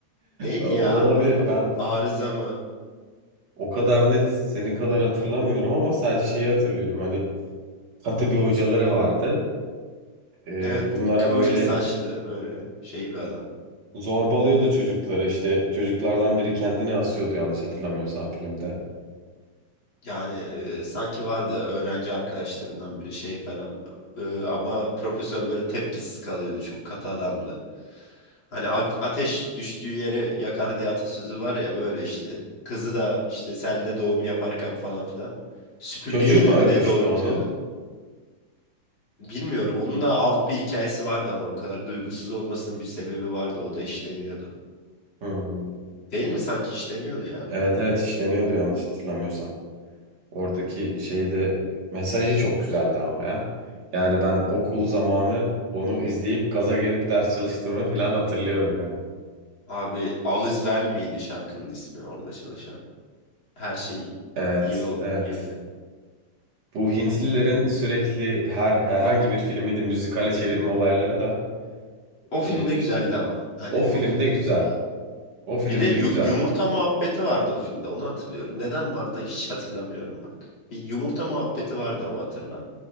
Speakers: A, on the left; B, on the right.
A: Neydi
B: O-
A: ya?
B: Olabilir.
A: A-
B: Ben
A: Arıza mı?
B: o kadar net senin kadar hatırlamıyorum ama sadece şeyi hatırlıyorum. Hani katı bir hocaları vardı. Ee,
A: Evet
B: bunlara
A: kıvırcık
B: böyle
A: saçlı böyle şey bir adam.
B: zorbalıyordu çocukları. İşte çocuklardan biri kendini asıyordu yanlış hatırlamıyorsam filmde.
A: Yani e, sanki vardı öğrenci arkadaşlarından biri şey falan E, ama profesör böyle tepkisiz kalıyordu çok katı adamdı. Hani at- ateş düştüğü yere yakar diye atasözü var ya böyle işte kızı da işte selle doğum yaparken falan filan süpürgeyle
B: Çocuğu mu
A: mi
B: ölmüştü
A: ne doğurtuyordu?
B: onun?
A: Bilmiyorum onun da alt bir hikayesi vardı ama bu kadar duygusuz olmasının bir sebebi vardı o da işleniyordu.
B: Hmm.
A: Değil mi sanki işleniyordu ya?
B: Evet evet işleniyordu yanlış hatırlamıyorsam. Oradaki şeyde mesajı çok güzeldi ama ya. Yani ben okul zamanı onu izleyip gaza gelip ders çalıştığımı falan hatırlıyorum yani.
A: Abi Alice Vel miydi şarkının ismi orada çalışan? her şey
B: Evet,
A: iyi ol
B: evet.
A: iyi.
B: Bu Hintlilerin sürekli her herhangi bir filmi de müzikale çevirme olayları da
A: O filmde
B: e,
A: güzeldi ama hani
B: o filmde
A: o filmde.
B: güzel. O filmde
A: Bir de yu-
B: güzel.
A: yumurta muhabbeti vardı o filmde onu hatırlıyorum. Neden vardı hiç hatırlamıyorum bak. Bir yumurta muhabbeti vardı ama hatırla.